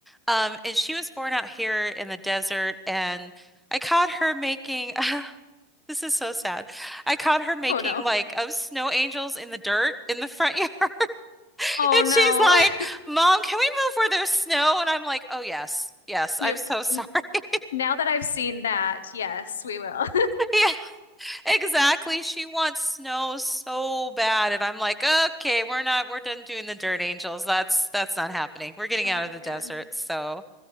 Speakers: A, in the centre; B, on the left.
A: Um, and she was born out here in the desert, and I caught her making. <laughs> this is so sad. I caught her making
B: Oh no.
A: like of snow angels in the dirt in the front <laughs> yard. And
B: Oh no.
A: she's like,
B: <laughs>
A: Mom, can we move where there's snow? And I'm like, Oh, yes, yes,
B: You,
A: I'm so sorry.
B: n-
A: <laughs>
B: now that I've seen that, yes, we will.
A: Yeah, exactly. She wants snow so bad. And I'm like, Okay, we're not, we're done doing the Dirt Angels. That's, that's not happening. We're getting
B: <laughs> Oh
A: out of the desert.
B: man.
A: So